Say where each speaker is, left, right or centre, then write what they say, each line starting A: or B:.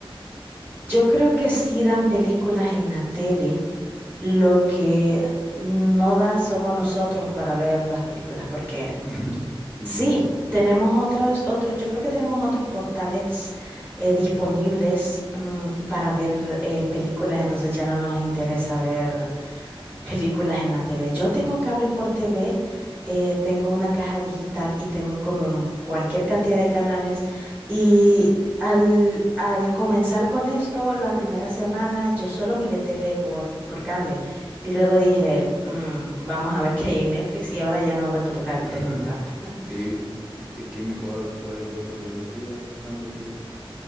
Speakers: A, on the right; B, in the centre.
A: Yo creo que sí dan películas en la tele, lo que no da somos nosotros para ver las películas, porque
B: <laughs> Sí,
A: sí,
B: pues.
A: tenemos otros, otros, yo creo que tenemos otros portales eh, disponibles mm, para ver eh, películas, entonces ya no nos interesa ver Películas en la TV. Yo tengo cable por TV, eh, tengo una caja digital y tengo como cualquier cantidad de canales. Y al, al comenzar con esto, la primera semana yo solo miré tele por, por cable y luego dije, "Mm, vamos a ver qué hay en Netflix y ahora ya no he vuelto a tocar el
B: <laughs>
A: tele por cable. <laughs>
B: Sí, po- es que es mejor poder ver lo que uno quiera, cuando quiera.